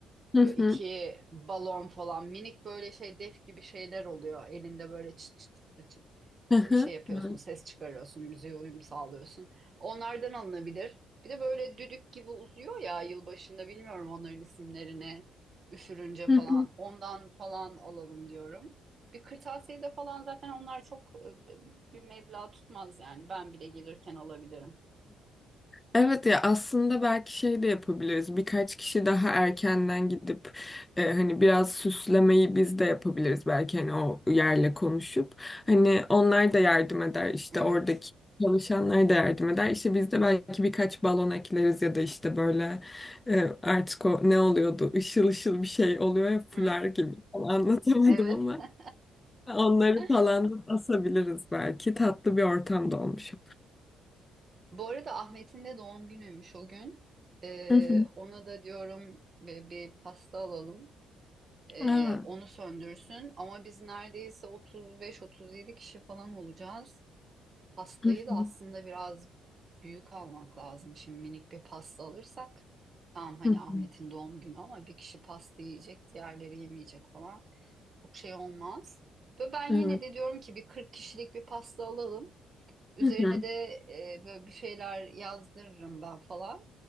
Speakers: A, on the left; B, on the right.
A: Hı
B: Böyle
A: hı.
B: iki balon falan minik böyle şey def gibi şeyler oluyor. Elinde böyle çıt çıt çıt çıt
A: Hı hı.
B: şey yapıyorsun,
A: Evet.
B: ses çıkarıyorsun, müziğe uyum sağlıyorsun. Onlardan alınabilir. Bir de böyle düdük gibi uzuyor ya yılbaşında bilmiyorum onların isimlerini üfürünce
A: Hı
B: falan.
A: hı.
B: Ondan falan alalım diyorum. Bir kırtasiyede falan zaten onlar çok e, b- bir meblağ tutmaz yani. Ben bile gelirken alabilirim.
A: Evet ya aslında belki şey de yapabiliriz. Birkaç kişi daha erkenden gidip e, hani biraz süslemeyi biz de yapabiliriz belki hani o yerle konuşup. Hani onlar da yardım eder işte
B: Evet.
A: oradaki çalışanlar da yardım eder. İşte biz de belki birkaç balon ekleriz ya da işte böyle e, artık o ne oluyordu? Işıl ışıl bir şey oluyor ya fular
B: Hı,
A: gibi. Tam <laughs> Anlatamadım
B: Evet.
A: ama
B: <laughs>
A: onları
B: Hı
A: falan da asabiliriz belki. Tatlı bir ortam
B: hı.
A: da olmuş.
B: Bu arada Ahmet'in de doğum günüymüş o gün. Ee,
A: Hı hı.
B: ona da diyorum bir, bir pasta alalım. Ee,
A: Evet.
B: onu söndürsün. Ama biz neredeyse 35-37 kişi falan olacağız. Pastayı
A: Hı hı.
B: da aslında biraz büyük almak lazım. Şimdi minik bir pasta alırsak tamam hani
A: Hı hı.
B: Ahmet'in doğum günü ama bir kişi pasta yiyecek, diğerleri yemeyecek falan. Çok şey olmaz. Ve ben
A: Evet.
B: yine de diyorum ki bir 40 kişilik bir pasta alalım. Üzerine
A: Hı hı,
B: de e, böyle bir şeyler yazdırırım ben falan.